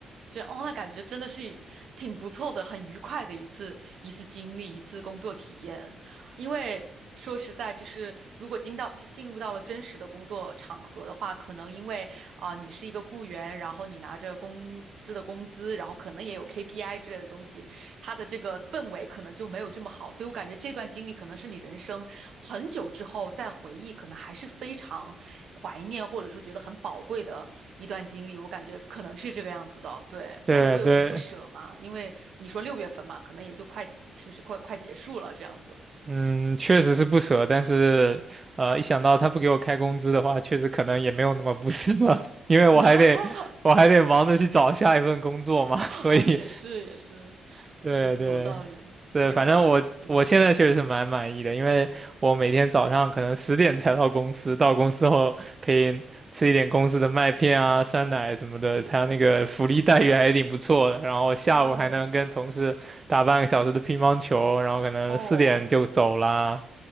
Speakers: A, on the right; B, on the right.
A: 觉得哦，那感觉真的是挺不错的，很愉快的一次一次经历，一次工作体验。因为说实在，就是如果进到进入到了真实的工作场合的话，可能因为啊、你是一个雇员，然后你拿着公司的工资，然后可能也有 KPI 之类的东西，他的这个氛围可能就没有这么好，所以我感觉这段经历可能是你人生很久之后再回忆，可能还是非常怀念或者说觉得很宝贵的一段经历。我感觉可能是这个样子的，对。
B: 对对，
A: 那你会有点不舍吗？因为你说六月份嘛，可能也就快，是不是快快结束了这样子？
B: 嗯，确实是不舍，但是呃，一想到他不给我开工资的话，确实可能也没有那么不舍了，<laughs> 因为我还得我还得忙着去找下一份工作嘛，
A: <laughs>
B: <laughs> 所以
A: 哦，也是也是，
B: 对对
A: 嗯，有道理，
B: 对，
A: 有道理，
B: 反正我我现在确实是蛮满意的，
A: 嗯，
B: 因为我每天早上可能十点才到公司，到公司后可以吃一点公司的麦片啊、酸奶什么的，他那个福利待遇还挺不错的。然后下午还能跟同事打半个小时的乒乓球，
A: 哦
B: 然后可能四点就走啦，
A: 哦。